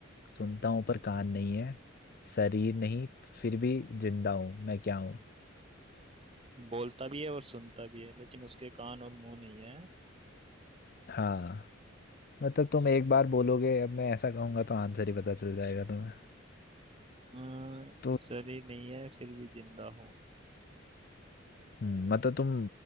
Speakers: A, on the left; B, on the right.
A: सुनता हूँ पर कान नहीं है शरीर नहीं फिर भी जिंदा हूँ मैं क्या हूँ
B: बोलता भी है और सुनता भी है लेकिन उसके कान और मुंह नहीं है
A: हाँ मतलब तुम एक बार बोलोगे अब मैं ऐसा कहूंगा तो आंसर ही पता चल जाएगा तुम्हें
B: अ,
A: तो
B: शरीर नहीं है फिर भी जिंदा हो
A: हम्म, मतलब तुम